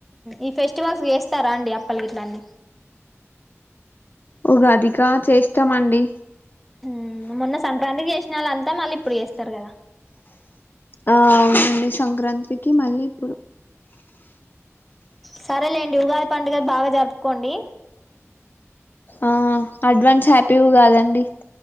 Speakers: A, in the centre; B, on the left (about 40°).
A: ఈ ఫెస్టివల్స్ కి జేస్తారా అండి అప్ప ప్పల్గిట్లన్ని
B: ఉగాదిక చేస్తామండి
A: ఉ మొన్న సంక్రాంతి చేసిన వాళ్ంతా మళ్ళీ ఇప్పుడు జేస్తారు కదా
B: ఆ అవునండి సంక్రాంతికి మళ్ళీ ఇప్పుడు
A: సరేలేండి ఉగాది పండుగలు బాగా జరుపుకోండి
B: ఆ అడ్వాన్స్ హ్యాపీ ఉగాదండి